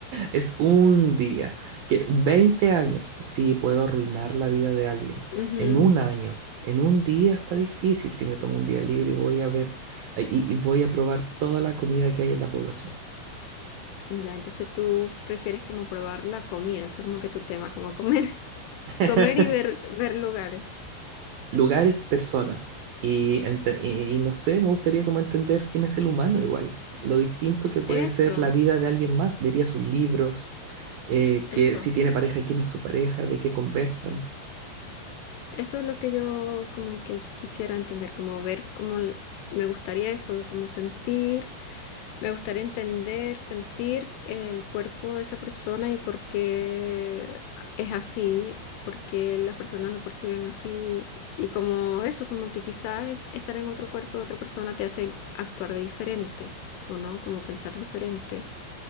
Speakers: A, on the right; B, on the left.
A: Es un día. Que 20 años, sí, puedo arruinar la vida de alguien.
B: Ujú.
A: En un año, en un día está difícil si me tomo un día libre y voy a ver y, y voy a probar toda la comida que hay en la población.
B: Ya, entonces tú prefieres como probar la comida, eso como que tu tema, como comer, <laughs>
A: <laughs>
B: comer y ver, ver lugares.
A: lugares, personas. Y, ente- y- y no sé, me gustaría como entender quién es el humano igual, lo distinto que puede
B: Eso,
A: ser la vida de alguien más. Vería sus libros, eh,
B: eso.
A: que si tiene pareja, quién es su pareja, de qué conversan.
B: Eso es lo que yo como que quisiera entender, como ver cómo l- me gustaría eso, como sentir, me gustaría entender, sentir el cuerpo de esa persona y por qué es así, por qué las personas lo perciben así y como eso, como que quizás estar en otro cuerpo de otra persona te hace actuar de diferente, ¿o no? Como pensar diferente,